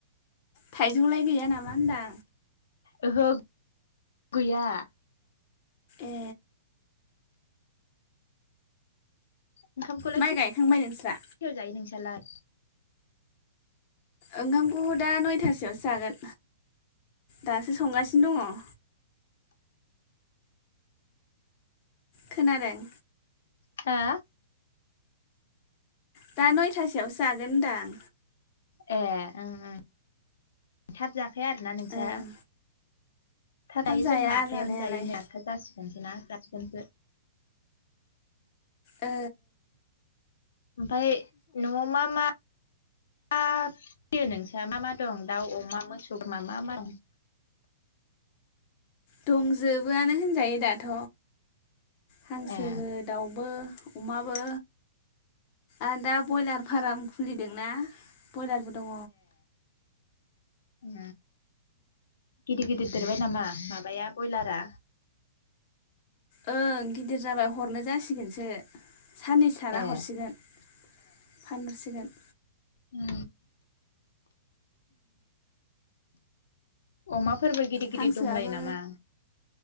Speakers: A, on the left (about 30°); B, on the left (about 70°).
A: थाइजौलाय गैया नामा होनदां
B: ओहो गैया
A: ए
B: ओंखामखौलाय
A: माइ
B: खैथायाव
A: गायखांबाय नोंस्रा
B: जायो नोंसालाय
A: ओंखामखौ दा नयथा सोआवसो जागोन दासो संगासिनो दङ खोनादों
B: हा
A: दा नयथासोआवसो जागोन होनदां
B: ए ओंं ओं थाब जाखाया आरोना नोंस्रा
A: ओं
B: थाब जायो
A: जाया
B: जोंहा आठथायावनो
A: जानायालाय
B: जायो नै आठथा जासिगोनसो ना जासिगोनसो
A: ओ
B: ओमफाय न'आव मा मा मा फियो नोंसा मा मा दं दाउ अमा मोसौ मा मा मा दं
A: दंजोबोआनो होनजायो दाथ' हांसोबो
B: ए
A: दाउबो अमाबो आर दा ब्रयलार फाराम खुलिदोंना बयलारबो दङ
B: उ गिदिर गिदिर देरबाय नामा माबाया बयलारा
A: ओं गिदिर जाबाय हरनो जासि गोनसो साननैसो थाना
B: ए
A: हरसिगोन फानहरसिगोन
B: ओम अमा फोरबो गिदिर
A: हांसोआबो
B: गिदिर दंलायो नामा